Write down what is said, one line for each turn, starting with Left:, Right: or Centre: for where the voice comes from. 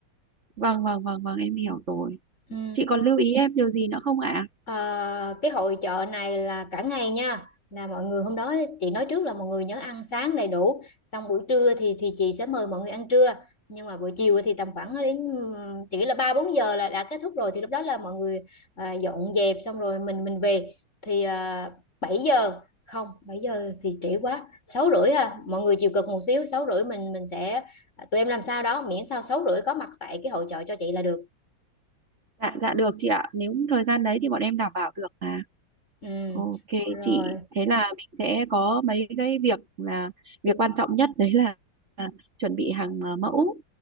Right: vâng vâng vâng vâng em hiểu rồi
Left: Ừ.
Right: chị còn lưu ý em điều gì nữa không ạ
Left: Ờ, cái hội chợ này là cả ngày nha là mọi người hôm đó chị nói trước là mọi người nhớ ăn sáng đầy đủ xong buổi trưa thì thì chị sẽ mời mọi người ăn trưa nhưng mà buổi chiều thì tầm khoảng đến ừm, chỉ là ba bốn giờ là đã kết thúc rồi thì lúc đó là mọi người ờ, dọn dẹp xong rồi mình mình về thì uh, 7 giờ không 7 giờ thì trễ quá sáu rưỡi à mọi người chịu cực một xíu 6 rưỡi mình mình sẽ à, tụi em làm sao đó miễn sao 6 rưỡi có mặt tại cái hội chợ cho chị là được
Right: dạ dạ được chị ạ nếu thời gian đấy thì bọn em đảm bảo được mà
Left: ừ
Right: Ok
Left: rồi
Right: chị, thế là mình sẽ có mấy cái việc là việc quan trọng nhất đấy là, là chuẩn bị hàng à, mẫu